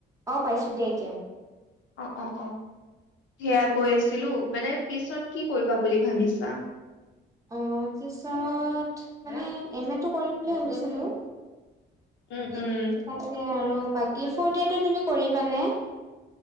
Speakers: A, on the right; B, on the left.
A: অ', পাইছো দিয়া এতিয়া।
B: অ', অ', অ', সেয়া কৈ আছিলো মানে পিছত কি কৰিবা বুলি ভাবিছা?
A: অ', পিছত মানে এম এটো কৰিম বুলি ভাবিছিলো।
B: উম
A: তাকে
B: উম
A: আৰু বাকী ফৰ্ড ইয়াৰটো তুমি কৰিবানে?